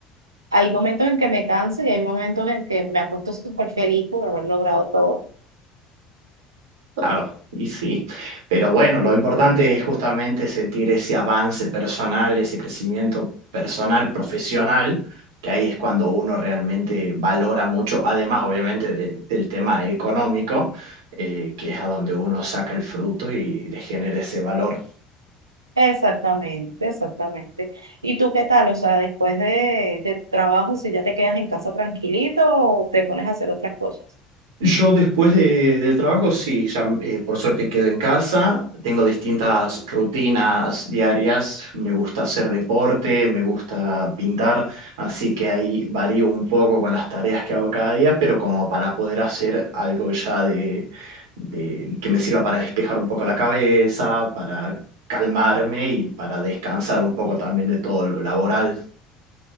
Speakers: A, on the right; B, on the right.
A: hay momentos en que me canso y hay momentos en que me acuesto súper feliz por haber logrado todo.
B: Claro, y sí, pero bueno, lo importante es justamente sentir ese avance personal, ese crecimiento personal, profesional, que ahí es cuando uno realmente valora mucho, además obviamente de- del tema económico, eh, que es a donde uno saca el fruto y le genera ese valor.
A: Exactamente, exactamente. ¿Y tú qué tal? O sea, después de, de tu trabajo, si ya te quedas en casa tranquilito o te pones a hacer otras cosas.
B: Yo después de- del trabajo, sí, ya eh, por suerte quedo en casa, tengo distintas rutinas diarias, me gusta hacer deporte, me gusta pintar, así que ahí varío un poco con las tareas que hago cada día, pero como para poder hacer algo ya de, de- que me sirva para despejar un poco la cabeza, para calmarme y para descansar un poco también de todo lo laboral.